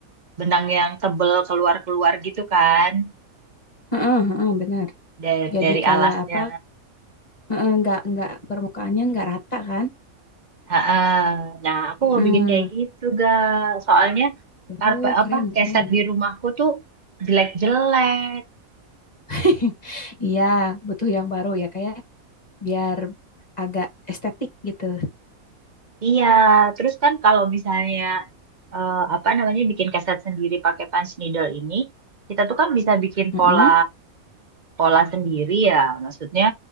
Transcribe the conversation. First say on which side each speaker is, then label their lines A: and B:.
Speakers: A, on the right; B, on the left.
A: Benang yang tebel keluar-keluar gitu kan
B: Heeh, heeh, benar.
A: dari,
B: Jadi
A: dari
B: kayak
A: alasnya.
B: apa? Heeh, enggak enggak permukaannya enggak rata kan?
A: ha Nah, aku mau
B: Heeh.
A: bikin kayak gitu, ga. Soalnya
B: Uh,
A: karpet apa
B: keren,
A: keset
B: keren.
A: di rumahku tuh jelek-jelek.
B: <laughs> Iya, butuh yang baru ya, kayak biar agak estetik gitu.
A: Iya, terus kan kalau misalnya eh, apa namanya bikin keset sendiri pakai punch needle ini, kita tuh kan bisa bikin
B: Mm-mm.
A: pola pola sendiri ya. Maksudnya